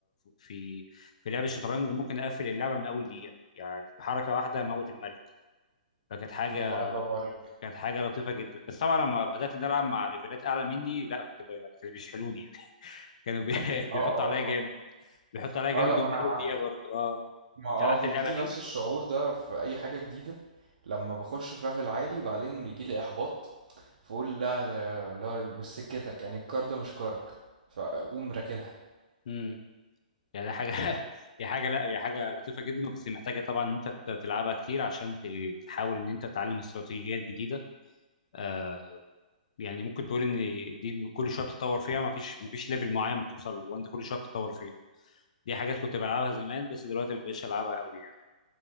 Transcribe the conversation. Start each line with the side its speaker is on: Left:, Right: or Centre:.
Left: في في لعب الشطرنج ممكن اقفل اللعبه من اول دقيقه يعني بحركه واحده اموت الملك فكانت حاجه
Right: والله برافو عليك
Left: كانت حاجه لطيفه جدا بس طبعا لما بدات ان أنا العب مع ليفلات اعلى مني لا كنت بقى- يعني كانوا بيشحلوني يعني كانوا بي- <laughs>
Right: اه
Left: بيحطوا
Right: اه
Left: عليا جامد بيحط عليها
Right: اه
Left: جامد
Right: اه لا ما
Left: ومن
Right: انا
Left: اول دقيقه برضه اه
Right: ما اه
Left: انت لعبت
Right: بيجي
Left: اللعبه
Right: لي
Left: دي؟
Right: نفس الشعور ده في اي حاجه جديده لما بخش في ليفل عالي بعدين بيجي لي احباط فاقول لا لا لا، مش سكتك يعني الكار ده مش كارك فاقوم راكنها
Left: امم يعني حاجه <laughs> هي حاجه لا هي حاجه لطيفه جدا بس محتاجه طبعا ان انت ت- تلعبها كتير عشان ت- تحاول ان انت تتعلم استراتيجيات جديده آه يعني ممكن تقول ان دي كل شويه بتتطور فيها ما فيش ما فيش ليفل معين بتوصل له وانت كل شويه بتتطور فيها دي حاجات كنت بلعبها زمان بس دلوقتي ما بقتش العبها قوي يعني